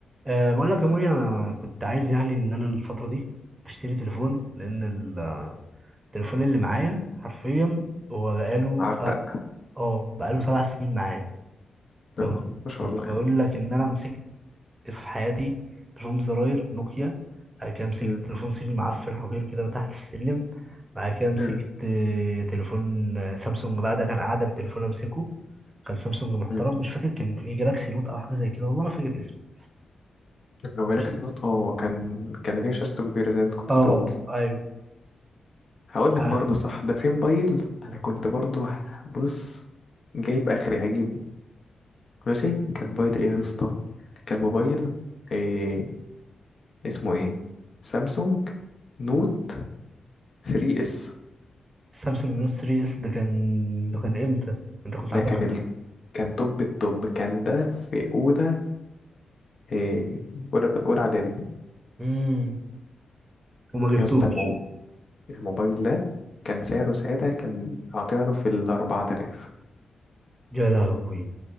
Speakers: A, on the right; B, on the left.
A: أه بقول لك يا موري انا كنت عايز يعني ان انا الفتره دي اشتري تليفون لان ال- التليفون اللي معايا حرفيا هو بقاله
B: عتق
A: سبع اه بقاله سبع سنين معايا
B: آه،
A: أنا كنت
B: ما شاء
A: كنت
B: الله يعني
A: بقول لك ان انا مسكت في حياتي تليفون زراير نوكيا بعد كده مسكت
B: مم.
A: تليفون صيني معفن حقير كده تحت السلم بعد كده مسكت
B: مم.
A: آه، تليفون آه، سامسونج بقى ده كان قاعده التليفون امسكه كان سامسونج محترم
B: مم.
A: مش فاكر كان ايه جالاكسي نوت او حاجه زي كده والله ما فاكر اسمه
B: لو جالك
A: ماشي
B: نوت اه كان كان ليه شاشته كبيرة زي ما انت كنت
A: اه
B: بتقول
A: ايوه
B: هقول
A: <laughs>
B: لك برضه صح ده في موبايل انا كنت برضه بص جايب اخري هجيبه ماشي كان موبايل ايه يا اسطى كان موبايل إيه اسمه ايه سامسونج نوت 3 اس
A: سامسونج نوت 3 اس ده كان ده كان امتى انت كنت
B: ده
A: عندك
B: كان
A: خم...
B: ال... كان توب التوب كان ده في اولى إيه اولى اولى اعدادي
A: امم وما جبتوش
B: يا اسطى الموبايل ده كان سعره ساعتها كان هطيعله في الأربعة آلاف
A: يا لهوي